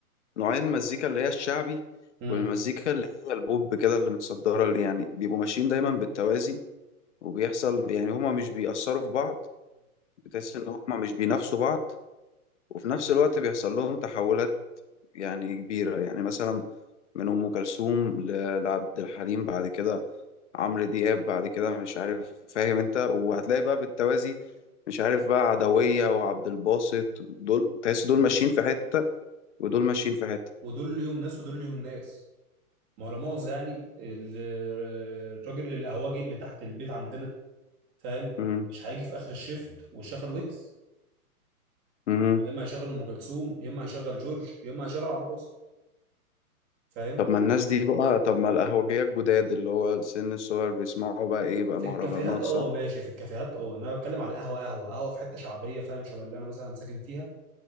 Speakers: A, on the left (about 50°); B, on the right (about 25°).
A: نوعين مزيكا اللي هي الشعبي
B: امم
A: والمزيكا اللي هي البوب كده اللي متصدرة اللي يعني بيبقوا ماشيين دايما بالتوازي وبيحصل يعني هما مش بيأثروا في بعض بتحس إن هما مش بينافسوا بعض وفي نفس الوقت بيحصل لهم تحولات يعني كبيرة يعني مثلا من أم كلثوم ل- لعبد الحليم بعد كده عمرو دياب بعد كده مش عارف فاهم أنت وهتلاقي بقى بالتوازي مش عارف بقى عدوية وعبد الباسط دول تحس دول ماشيين في حتة ودول ماشيين في حتة
B: ودول ليهم ناس ودول ليهم ناس ما هو لا مؤاخذة يعني ال- الراجل القهوجي اللي تحت البيت عندنا فاهم
A: مم.
B: مش هيجي في اخر الشيفت ويشغل ويجز
A: مم.
B: يا اما هيشغل ام كلثوم يا اما هيشغل جورج يا اما هيشغل عباس فاهم
A: طب ما الناس دي بقى طب ما القهوجية الجداد اللي هو السن الصغير بيسمعوا بقى إيه بقى
B: في
A: مهرجانات
B: الكافيهات اه
A: صح؟
B: ماشي في الكافيهات اه انا بتكلم على القهوه قهوه قهوه في حته شعبيه فاهم شبه اللي انا مثلا ساكن فيها